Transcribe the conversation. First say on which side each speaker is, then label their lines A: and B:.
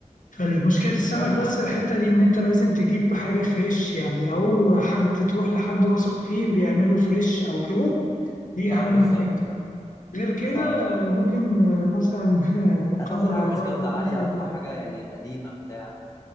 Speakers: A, on the left; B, on the left.
A: فالمشكلة السمك
B: فانا
A: بس الحتة دي إن أنت لازم تجيب حاجة فريش يعني أو حد تروح لحد واثق فيه بيعمله فريش أو كده دي
B: اه
A: أهم
B: بالظبط
A: حاجة
B: فعلا
A: غير كده
B: صح
A: آه، ممكن آه، مثلا <laughs> لا
B: هتاخد
A: قدر
B: حاجه مش
A: الله
B: جوده
A: ممكن
B: عاليه
A: ترجع
B: او ممكن تاخد حاجه يعني قديمه بتاع